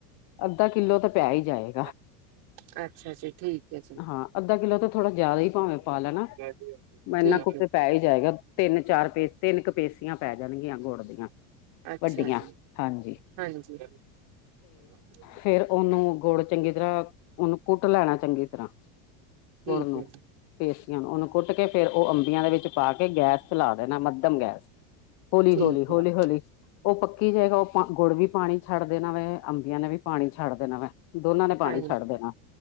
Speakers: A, on the left; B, on the right.
A: ਅੱਧਾ ਕਿੱਲੋ ਤਾਂ ਪੈ ਈ ਜਾਏ
B: <unintelligible> ਅੱਛਾ ਜੀ ਠੀਕ ਹੈ ਜੀ।
A: ਹਾਂ ਅੱਧਾ ਕਿੱਲੋ ਤੋਂ ਥੋੜ੍ਹਾ ਜਾਏਦਾ ਈ ਭਾਵੇ ਪਾ ਲੈਣਾ।
B: <unintelligible>
A: ਐਨਾ
B: ਠੀਕ
A: ਕੁ
B: ਹੈ
A: ਤੇ
B: ਜੀ
A: ਪੈ ਈ ਜਾਏਗਾ ਤਿੰਨ, ਚਾਰ ਪੇਸ ਤਿੰਨ ਕੁ ਪੇਸੀਆਂ ਪੈ ਜਾਣਗੀਆਂ ਗੁੜ ਦੀਆਂ।
B: ਅੱਛਾ
A: ਵੱਡੀਆਂ
B: ਜੀ
A: ਹਾਂਜੀ
B: <inaudible> ਹਾਂਜੀ <unintelligible>
A: ਫ਼ੇਰ ਉਹਨੂੰ ਗੁੜ ਚੰਗੀ ਤਰ੍ਹਾਂ ਉਹਨੂੰ ਕੁੱਟ ਲੈਣਾ ਚੰਗੀ ਤਰ੍ਹਾਂ
B: ਠੀਕ
A: ਗੁੜ ਨੂੰ,
B: ਹੈ ਜੀ
A: ਪੇਸੀਆਂ ਨੂੰ, ਉਹਨੂੰ ਕੁੱਟ ਕੇ ਫੇਰ ਉਹ ਅੰਬੀਆਂ ਦੇ ਵਿੱਚ ਪਾ ਕੇ ਗੈਸ ਚਲਾ ਦੇਣਾ ਮੱਧਮ ਗੈਸ। ਹੌਲੀ-ਹੌਲੀ,
B: ਠੀਕ ਹੈ
A: ਹੌਲੀ-ਹੌਲੀ। ਉਹ ਪੱਕੀ ਜਾਏਗਾ ਉਹ ਪਾ ਗੁੜ ਵੀ ਪਾਣੀ ਛੱਡ ਦੇਣਾ ਵੇ, ਅੰਬੀਆਂ ਨੇ ਵੀ ਪਾਣੀ ਛੱਡ ਦੇਣਾ ਵੇ। ਦੋਨਾਂ ਨੇ ਪਾਣੀ
B: ਹਾਂਜੀ
A: ਛੱਡ ਦੇਣਾ।